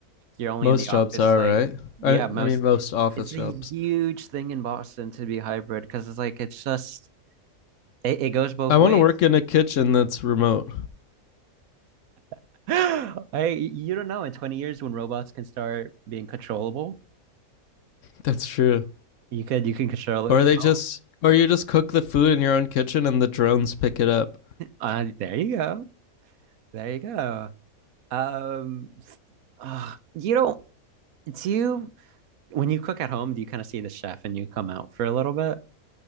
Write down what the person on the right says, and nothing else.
you're only
in the office
like
yeah,
most
it's
a huge thing in Boston to be hybrid because it's like it's just It, it goes both
ways.
<gasps> I you don't know in 20 years when robots can start being controllable,
you could you can control it
from
home.
Uh, there you go. There you go. Um, uh, you don't do you when you cook at home, do you kind of see the chef and you come out for a little bit?